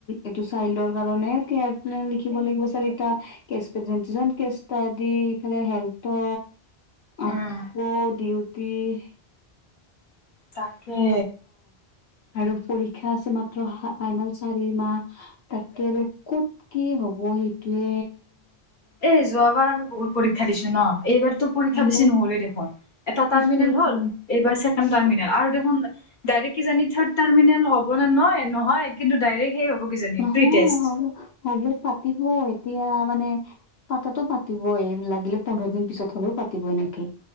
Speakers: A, on the left; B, on the left.
A: এইটো চাইল্ডৰ কাৰণে কেয়াৰ প্লেন লিখিব লাগিব চাৰ। যিজন কে দি ইফালে হেল্থ
B: উম,
A: আকৌ দিউতি-
B: তাকে
A: আৰু পৰীক্ষা আছে মাত্ৰ ফাইনেল চাৰি মাহ তাকে আৰু কত কি হ'ব। প সিটোৱে
B: এ যোৱাবাৰ আমি বহুত পৰীক্ষা দিছো ন। এইবাৰতো পৰীক্ষা
A: আছো।
B: বেছি নহ'লেই দেখোন এটা
A: সেইটোয়েতো
B: াৰ্মিনেল হ'ল এইবাৰ থাৰ্ডতামিনেল আৰু দে ডাইৰেক্ট থাৰ্ডাতামিনেল হব হ নয় নহয় কিন্তু ডাইৰেক্ সেই হ'ব কিজানি
A: নহয়
B: প্ৰি টেষ্ট।
A: হব হ'ব পাতিব এতিয়া মানে পাতটো পাতিবই লাগিলে পোন্ধৰ দিন পিছত হলেও পাতিব এনেকে